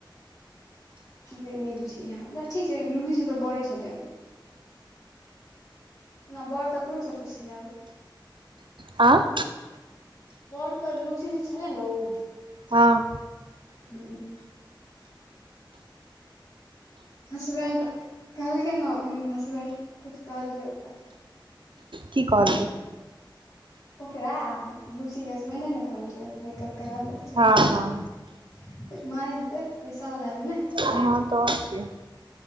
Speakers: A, on the left; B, on the right.
A: नहि बुझलियैह ठीक छै लूची से तऽ बड़े छलै ओना बड़ तऽ अपनो सबसँ छलए
B: आँ
A: बर त लूसी जे छलै ने उ
B: हँ
A: हू हसबैंड कहलकै न ह हसबैंड खुद कहलकै ओकरा
B: की कहल कै
A: ओकरा लूसी हसबैंड नैने कहलकै मेकअप कराबै लए चाहै
B: हँ
A: छै
B: हँ
A: मनैत हैत पैसा वला हेतै ने
B: ह तऽ आओर की